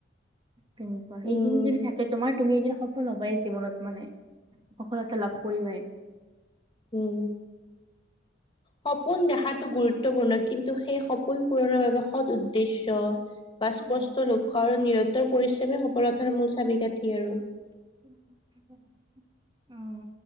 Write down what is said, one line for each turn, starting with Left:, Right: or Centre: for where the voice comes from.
Right: তেনেকুৱা সেই
Left: উম
Right: কিনি যদি থাক তোমাৰ তুমি এদিন সফল হবাই জীৱনত মানে সফলতা লাভ কৰিবাই।
Left: উম। সপোন দেখাটো গুৰুত্বপূৰ্ণ কিন্তু সেই সপোন পূৰণৰ বাবে সৎ উদ্দেশ্য বা স্পষ্ট
Right: উম
Left: লক্ষ্য আৰু নিৰন্তৰ পৰিশ্ৰমী সবলতাৰ মূল চাবি কাঠি আৰু।
Right: <inaudible> উম,